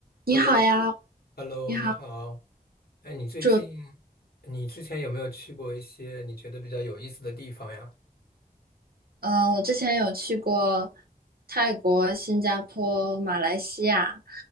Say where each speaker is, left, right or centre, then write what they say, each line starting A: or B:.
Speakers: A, on the right (about 75°); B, on the left (about 80°).
A: 你好呀，
B: Hello，Hello，
A: 你好，
B: 你好。哎，你最近，
A: 祝
B: 你之前有没有去过一些你觉得比较有意思的地方呀？
A: 呃，我之前有去过泰国、新加坡、马来西亚，